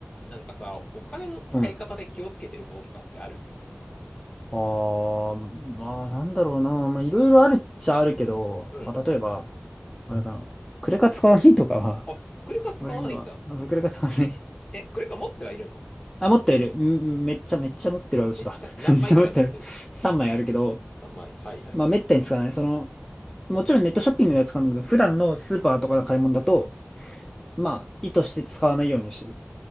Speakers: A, on the left (about 20°); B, in the centre.
A: なんかさ、お金の使い方で気をつけてることとかってある
B: うん。ああ、まあ、なんだろうな。まあ、いろいろあるっちゃあるけど、
A: うん。
B: まあ、例えば、あれかな。クレカ使わないとかは、
A: あ、クレカ使わないんだ。
B: 俺今、まずクレカ使わない。
A: え、クレカ持ってはいるの
B: あ、持ってる。うんめっちゃめっちゃ持ってるは嘘だ。
A: めっちゃ、何枚ぐらい持ってる
B: <laughs> めっちゃ持ってる。3枚あるけど、
A: ?3 枚。はいはい。
B: まあ、めったに使わない。その、もちろんネットショッピングでは使うんだけど、
A: うん。
B: 普段のスーパーとかの買い物だと、まあ、意図して使わないようにしてる。